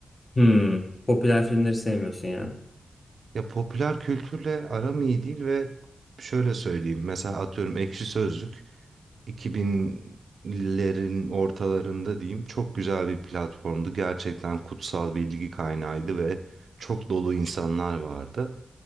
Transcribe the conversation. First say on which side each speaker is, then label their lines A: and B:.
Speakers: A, on the left; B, on the right.
A: Hmm. Popüler filmleri sevmiyorsun yani.
B: Ya popüler kültürle aram iyi değil ve şöyle söyleyeyim. Mesela atıyorum Ekşi Sözlük 2000'lerin ortalarında diyeyim çok güzel bir platformdu. Gerçekten kutsal bilgi kaynağıydı ve çok dolu insanlar vardı.